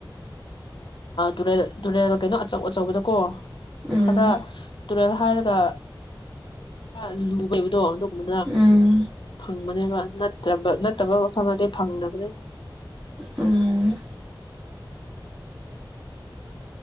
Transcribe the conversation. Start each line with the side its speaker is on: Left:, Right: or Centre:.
Left: ꯇꯨꯔꯦꯜ - ꯇꯨꯔꯦꯜ ꯀꯩꯅꯣ ꯑꯆꯧ- ꯑꯆꯧꯕꯗꯀꯣ
Centre: ꯎꯝ
Left: ꯈꯔ ꯇꯨꯔꯦꯜ ꯍꯥꯏꯔꯒ ꯈꯔ ꯂꯨꯕꯗꯣ ꯑꯗꯨꯒꯨꯝꯕꯗ
Centre: ꯎꯝ
Left: ꯐꯪꯕꯅꯦꯕ ꯅꯠꯇ꯭ꯔꯕ ꯅꯠꯇꯕ ꯃꯐꯝꯗꯗꯤ ꯐꯪꯗꯕꯅꯦ꯫
Centre: ꯎꯝ꯫